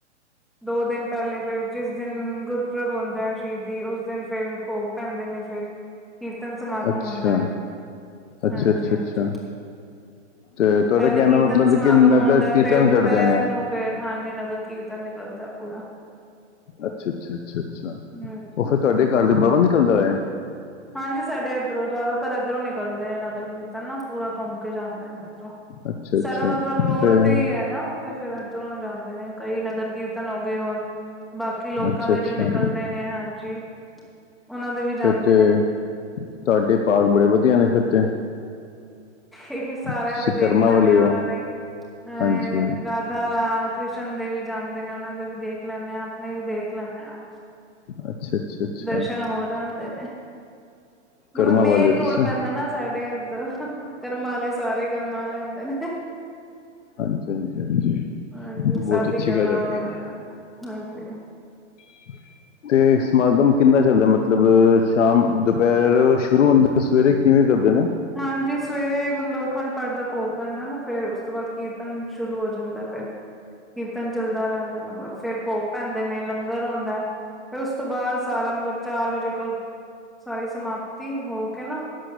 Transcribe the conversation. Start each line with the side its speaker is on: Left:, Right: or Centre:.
Centre: ਦੋ ਦਿਨ ਪਹਿਲੇ ਫਿਰ ਜਿਸ ਦਿਨ ਗੁਰਪੂਰਬ ਹੁੰਦਾ ਹੈ, ਸ਼ਹੀਦੀ ਉਸ ਦਿਨ ਫਿਰ ਭੋਗ ਪੈਂਦੇ ਨੇ ਫੇਰ ਕੀਰਤਨ ਸਮਾਗਮ
Left: ਅੱਛਾ
Centre: ਹੁੰਦਾ
Left: ਅੱਛਾ
Centre: ਹਾਂਜੀ,
Left: ਅੱਛਾ
Centre: ਹਾਂਜੀ।
Left: ਅੱਛਾ ਤੇ ਤੁਹਾਡਾ
Centre: ਪਹਿਲੇ
Left: ਕਹਿਣ
Centre: ਕੀਰਤਨ
Left: ਦਾ ਮਤਲਬ
Centre: ਸਮਾਗਮ
Left: ਹੈ ਕਿ ਨਗਰ
Centre: ਹੁੰਦਾ,
Left: ਕੀਰਤਨ
Centre: ਫੇਰ
Left: ਕਰਦੇ
Centre: ਦੁਪਹਿਰ
Left: ਨੇ
Centre: ਨੂੰ ਫੇਰ ਹਾਂਜੀ ਨਗਰ ਕੀਰਤਨ ਨਿਕਲਦਾ ਪੂਰਾ
Left: ਅੱਛਾ-ਅੱਛਾ-ਅੱਛਾ-ਅੱਛਾ
Centre: ਹਮ
Left: ਉਹ ਫਿਰ ਤੁਹਾਡੇ ਘੱਰ ਦੇ ਬਾਹਰੋਂ ਨਿਕਲਦਾ ਏ
Centre: ਹਾਂਜੀ, ਸਾਡੇ ਇੱਧਰੋਂ ਜ਼ਿਆਦਾਤਰ ਇੱਧਰੋਂ ਨਿਕਲਦੇ ਨਗਰ ਕੀਰਤਨ ਨਾ ਪੂਰਾ ਘੁੰਮ ਕੇ ਜਾਂਦੇ ਨੇ
Left: ਅੱਛਾ ਅੱਛਾ
Centre: ਸਾਡਾ ਮਤਲਬ
Left: ਫਿਰ
Centre: ਰੋਡ ਤੇ ਈ ਏ ਨਾ ਫਿਰ ਇੱਧਰੋ ਜਾਂਦੇ ਨੇ ਕਈ ਨਗਰ ਕੀਰਤਨ ਹੋ ਗਏ ਔਰ ਬਾਕੀ ਲੋਕਾਂ
Left: ਅੱਛਾ
Centre: ਦੇ
Left: ਅੱਛਾ
Centre: ਜੋ ਨਿਕਲ ਦੇ ਨੇ ਹਾਂਜੀ। ਉਹਨਾਂ ਦੇ ਵੀ ਜਾਂਦੇ
Left: ਫਿਰ ਤੇ,
Centre: ਨੇ
Left: ਤੁਹਾਡੇ ਭਾਗ ਬੜੇ ਵਧੀਆ ਨੇ ਫਿਰ ਤੇ
Centre: ਇਹੀ ਸਾਰਿਆਂ
Left: ਤੁਸੀਂ
Centre: ਤੇ ਦੇਖ
Left: ਕਰਮਾਂ
Centre: ਲੈਂਣੇ
Left: ਵਾਲੇ
Centre: ਆਂ
Left: ਹੋ
Centre: ਉਹਨਾਂ ਦੇ ਅਹ
Left: ਹਾਂਜੀ,
Centre: ਰਾਤ ਰਾਧਾ-ਕ੍ਰਿਸ਼ਨ ਦੇ ਵੀ ਜਾਂਦੇ ਨੇ ਉਹਨਾਂ ਦੇ ਵੀ ਦੇਖ ਲੈਂਨੇ ਹਾਂ। ਆਪਣੇ ਵੀ ਦੇਖ ਲੈਂਦੇ ਹਾਂ।
Left: ਅੱਛਾ, ਅੱਛਾ, ਅੱਛਾ
Centre: ਦਰਸ਼ਨ ਹੋ ਜਾਂਦੇ ਨੇ
Left: ਕਰਮਾਂ
Centre: ਮਤਲਬ ਮੇਨ
Left: ਵਾਲੇ ਹੋ ਤੁਸੀਂ
Centre: ਰੋਡ ਪੈਂਦਾ ਨਾ ਸਾਡੇ ਐਧਰ ਕਰਮਾ ਆਲੇ ਸਾਰੇ, ਕਰਮਾ ਆਲੇ ਹੁੰਦੇ ਨੇ।
Left: ਹਾਂਜੀ, ਹਾਂਜੀ, ਹਾਂਜੀ
Centre: ਹਾਂਜੀ,
Left: ਬਹੁਤ
Centre: ਸਭ
Left: ਅੱਛੀ
Centre: ਈ ਕਰਮਾਂ
Left: ਗੱਲ ਹੈਗੀ
Centre: ਵਾਲਿਆ
Left: ਏ।
Centre: ਦਾ ਹਾਂਜੀ।
Left: <unintelligible> ਤੇ ਸਮਾਗਮ ਕਿੰਨਾ ਚੱਲਦਾ ਮਤਲਬ ਸ਼ਾਮ ਦੁਪਹਿਰ ਸ਼ੁਰੂ ਹੁੰਦਾ- ਇਹ ਸਵੇਰੇ ਕਿਵੇਂ ਕਰਦੇ ਨੇ?
Centre: ਹਾਂਜੀ, ਸਵੇਰੇ ਮਤਲਬ ਅਖੰਡ ਪਾਠ ਦਾ ਭੋਗ ਪੈਂਦਾ ਨਾ ਫੇਰ ਉਸ ਤੋਂ ਬਾਅਦ ਕੀਰਤਨ ਸ਼ੁਰੂ ਹੋ ਜਾਂਦਾ ਫਿਰ ਕੀਰਤਨ ਚੱਲਦਾ ਰਹਿੰਦਾ। ਫਿਰ ਭੋਗ ਪੈਂਦੇ ਨੇ, ਲੰਗਰ ਹੁੰਦਾ। ਫਿਰ ਉਸ ਤੋਂ ਬਾਅਦ ਸਾਰਾ ਮਤਲਬ ਚਾਰ ਵਜੇ ਕੋਲ ਸਾਰੀ ਸਮਾਪਤੀ ਹੋ ਕੇ ਨਾ